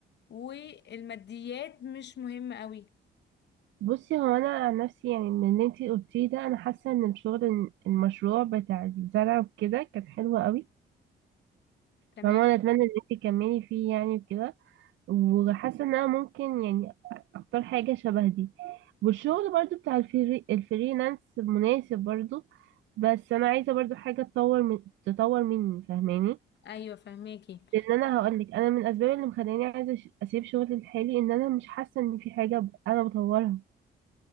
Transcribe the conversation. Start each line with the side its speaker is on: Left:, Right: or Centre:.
Left: والماديات مش مهمه قوي
Right: بصي هو انا عن نفسي يعني من اللي انتي قلتيه ده انا حاسه ان الشغل المشروع بتاع الزرع وكده كان حلو قوي
Left: تمام
Right: فما انا اتمنى ان انتي تكملي فيه يعني وكده وحاسه ان انا ممكن يعني اختار حاجه شبه دي والشغل برضو بتاع الفري الفريلانس مناسب برضو بس انا عايزه برضو حاجه تطور من تطور مني فاهماني
Left: ايوه فهماكي
Right: لان انا هقول لك انا من الاسباب اللي مخلاني عايزه أش- اسيب شغلي الحالي ان انا مش حاسه ان في حاجه ب- انا بطورها